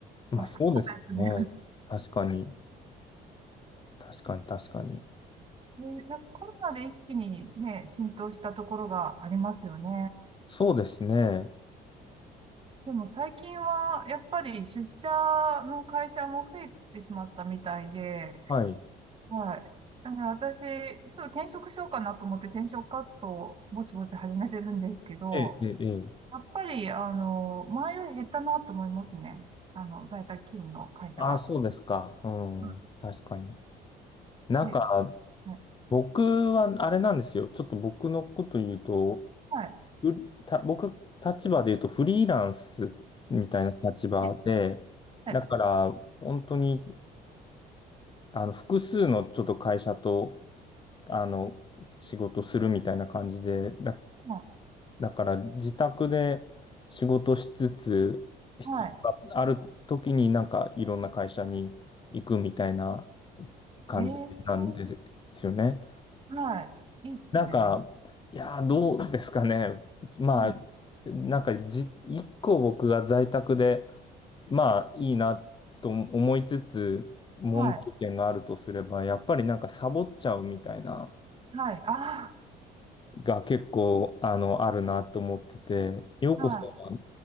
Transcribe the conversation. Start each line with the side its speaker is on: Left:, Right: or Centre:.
Left: まあそうですよね。
Right: まあ、少なかったですよね。
Left: 確かに。確かに、確かに。
Right: <laughs> で、なんかコロナで一気にね、浸透したところがありますよね。
Left: そうですね。
Right: でも最近はやっぱり出社の会社も増えてしまったみたいで、
Left: はい。
Right: はい。だから私、ちょっと転職しようかなと思って転職活動をぼちぼち始めてるんですけど、
Left: ええ、ええ、ええ。
Right: やっぱり、あの、前より減ったなと思いますね。あの、在宅勤務の会社が。
Left: ああ、そうですか。うん。
Right: う
Left: 確かに。なんか、
Right: んえ、はい。
Left: 僕は、あれなんですよ。ちょっと僕のこと言うと、
Right: はい。
Left: うた、僕、立場で言うと、フリーランスみたいな立場で、
Right: ねはい。
Left: だから、本当に、あの、複数のちょっと会社と、あの、仕事するみたいな感じで、だ
Right: はい。
Left: だから自宅で仕事しつつ、必要がある時になんかいろんな会社に行くみたいな
Right: は
Left: 感じなんですよね。
Right: い。えー、はい。いいですね。
Left: なんか、いやー、どうですかね。まあ、
Right: うん。
Left: なんかじ、一個僕が在宅で、まあいいなと思いつつ、問題点があるとすれば、
Right: はい。
Left: やっぱりなんかサボっちゃうみたいな。
Right: はい。あ
Left: が結構、あの、あるなと思ってて、ようこさんは
Right: あ、は